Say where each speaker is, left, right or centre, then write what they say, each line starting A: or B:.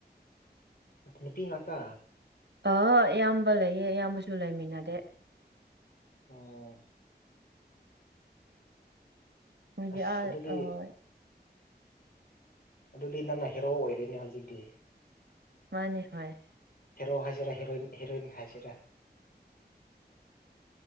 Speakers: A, on the left; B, on the right.
A: ꯅꯨꯄꯤꯃꯀ
B: ꯑ ꯑꯌꯥꯝꯕ ꯂꯩꯌꯦ ꯑꯌꯥꯝꯕꯁꯨ ꯂꯩꯃꯤꯟꯅꯔꯦ
A: ꯑꯣꯝ
B: ꯃꯣꯏꯗꯤ
A: ꯑꯁ
B: ꯑꯥ
A: ꯑꯗꯨꯗꯤ ꯑꯗꯨꯗꯤ ꯅꯪꯅ ꯍꯦꯔꯣ ꯑꯣꯏꯔꯦꯅꯦ ꯍꯧꯖꯤꯛꯇꯤ
B: ꯃꯥꯅꯦ ꯍꯣꯏ
A: ꯍꯦꯔꯣ ꯍꯥꯏꯁꯤꯔꯥ ꯍꯦꯔꯣꯏꯟ ꯍꯦꯔꯣꯏꯟ ꯍꯥꯏꯁꯤꯔꯥ